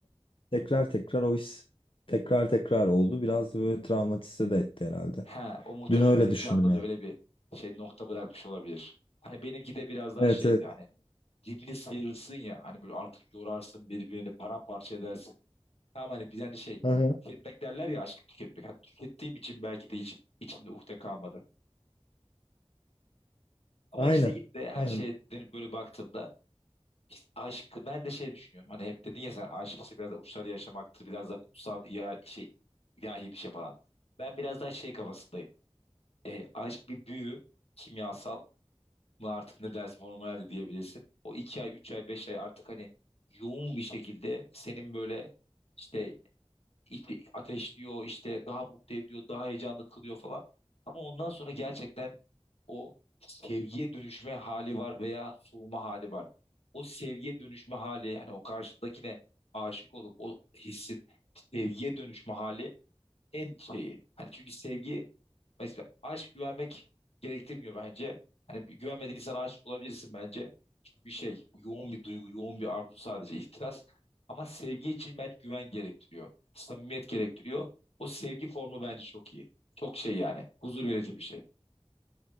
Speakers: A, on the left; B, on the left.
A: tekrar tekrar o his tekrar tekrar oldu. Biraz da böyle travmatize de etti herhalde.
B: Ha, o muhtemelen
A: Dün öyle
B: bilinçaltında
A: düşündüm yani.
B: da öyle bir şey nokta bırakmış olabilir. Hani benimki de biraz daha
A: Evet
B: şeydi
A: evet.
B: hani dibini sıyırırsın ya hani böyle artık yorarsın birbirini paramparça edersin. Tamam hani bir hani şey
A: Aha,
B: tüketmek derler ya aşkı tüketmek. Hani tükettiğim için belki de hiç içimde ukde kalmadı. Ama
A: aynen.
B: işte yine de her
A: Aynen.
B: şeye dönüp böyle baktığımda işte aşk ben de şey düşünüyorum. Hani hep dedin ya sen aşk işte biraz da uçları yaşamaktır. Biraz da kutsal ya, şey ilahi bir şey falan. Ben biraz daha şey kafasındayım. E, aşk bir büyü kimyasal mı artık ne dersin hormonal de diyebilirsin. O iki ay, üç ay, beş ay artık hani yoğun bir şekilde senin böyle işte ite- ateşliyor işte daha mutlu ediyor daha heyecanlı kılıyor falan. Ama ondan sonra gerçekten o sevgiye dönüşme hali var veya soğuma hali var. O sevgiye dönüşme hali yani o karşıdakine aşık olup o hissin sevgiye dönüşme hali en şeyi. Hani çünkü sevgi Mesela aşk güvenmek gerektirmiyor bence. Hani bir güvenmediğin insana aşık olabilirsin bence. Çünkü bir şey, bu yoğun bir duygu, yoğun bir arzu sadece ihtiras. Ama sevgi için bence güven gerektiriyor. Samimiyet gerektiriyor. O sevgi formu bence çok iyi. Çok şey yani. Huzur verici bir şey.